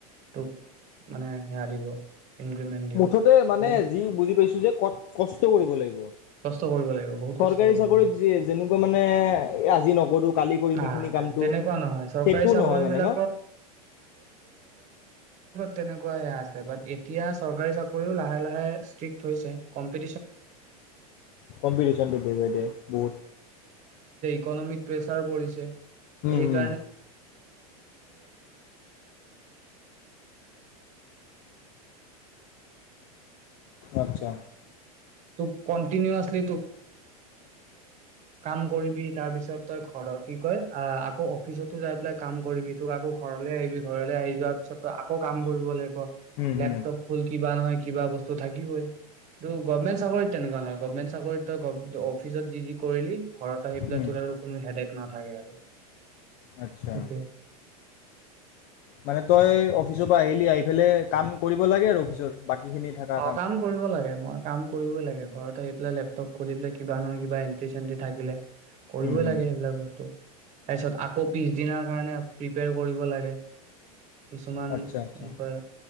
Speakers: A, on the right; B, on the left.
A: তোক মানে সেয়া দিব। ইনক্ৰিমেন্ট দিব
B: মুঠতে
A: কিন্তু
B: মানে যি বুজি পাইছ- তু যে কত কষ্ট কৰিব লাগিব
A: কষ্ট কৰিব লাগিব বহুত
B: চৰকাৰী
A: কষ্ট কৰিব
B: চাকৰিত
A: লাগিব
B: যেনেকুৱা মানে আজি নকৰো কালি কৰিম
A: নাই
B: এইখিনি
A: নাই
B: কামটো
A: তেনেকুৱা নহয় চৰকাৰী
B: সেইটোও
A: চাকৰি
B: নহয় মানে
A: বিলাকত
B: ন।
A: তেনেকুৱাই আছিল বাত এতিয়া চৰকাৰী চাকৰিও লাহে লাহে ইচট্ৰিক‌ হৈছে কমপে
B: কম্পিটিশনটো ডে বাই ডে বহুত
A: <unintelligible> প্ৰেছাৰ পৰিছে।
B: হুম
A: সেইক
B: হুম আচ্ছা
A: তোক কন্টিনাচলি কাম কৰিবি তাৰ পিছত তই ঘৰৰ কি কয় আ অ অফিচতো যাই পেলাই কাম কৰিবি তোক আকৌ ঘৰলৈ আহিবি ঘৰলৈ আহি যোৱাৰ পিছত তই আকৌ কাম কৰিব লাগিব।
B: হুম
A: লেপটপ
B: হুম
A: খল কি বা নহয় কিবা বস্তু থাকিবই ত গভমেণ্ চাকৰিত তেনেকুৱা নয় গভমেণ্ চাকৰিত ত অফিচত যি-যিকৰি ঘৰত আহি পেলাই
B: হুম
A: তোৰাৰ আৰু কোনো হেডে ন <unintelligible> আৰু
B: আচ্ছা
A: সেইটোৱে
B: মানে তই অফিচৰ পৰা আহিলি, আহি পেলাই কাম কৰিব লাগে আৰু অফিচৰ বাকীখিনি থকা
A: অ, কাম কৰিব লাগে মই, কাম কৰিবই লাগে,
B: উম
A: ঘৰত আহি পেলাই লেপটপ খুলি পেলাই কিবা নহয় কিব বা এণ্টি- চেণ্টি থাকিলে কৰিবই
B: উম
A: লাগে সেইবিলাক বস্তু তাৰছত আকৌ পিছ দিনাৰ কাৰণে প্ৰিপিয়েৰ কৰিব লাগে। কিছুমান
B: আচ্ছা আচ্ছা
A: কি কয়